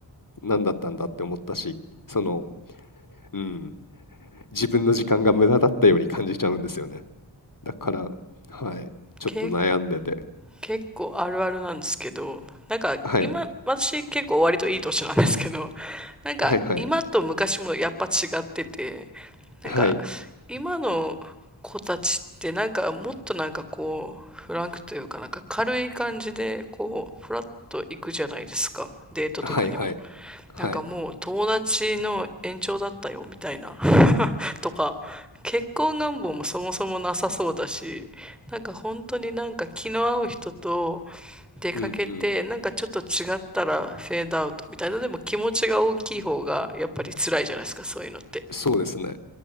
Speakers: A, on the left (about 45°); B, in the centre.
A: 何だったんだって思ったし、その、うん、自分の時間が無駄だったように感じちゃうんですよね。だから、はい、ちょっと悩んでて。
B: け、結構あるあるなんですけど、なんか今、
A: はい、
B: 私結構割といい年なんですけど、<laughs> なんか今と昔もやっぱ違ってて、
A: はいはい、
B: なんか
A: はい、
B: 今の子たちってなんかもっとなんかこう、フランクというかなんか軽い感じでこう、フラッと行くじゃないですか。デートとかにも。
A: はいはい、はい、
B: なんかもう友達の延長だったよみたいなとか結婚願望もそもそもなさそうだしなんか本当になんか気の合う人と出かけてなんかちょっと違ったらフェードアウトみたいなでも気持ちが大きい方がやっぱり辛いじゃないですかそういうのって
A: うんうん、そうですね。